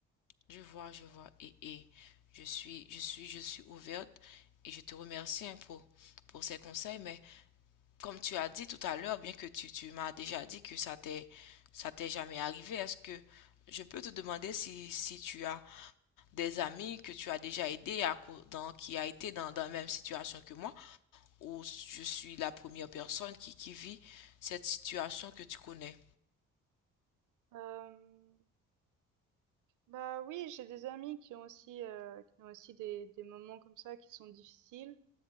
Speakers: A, on the left; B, on the right.
A: Je vois, je vois. Et, et je suis, je suis, je suis ouverte et je te remercie hein, pour, pour ces conseils. Mais comme tu as dit tout à l'heure, bien que tu, tu m'as déjà dit que ça t'est, ça t'est jamais arrivé, est-ce que je peux te demander si, si tu as des amis que tu as déjà aidé à, dans, qui a été dans, dans la même situation que moi, ou je suis la première personne qui, qui vit cette situation que tu connais.
B: Euh, bah oui, j'ai des amis qui ont aussi, euh, qui ont aussi des, des moments comme ça qui sont difficiles.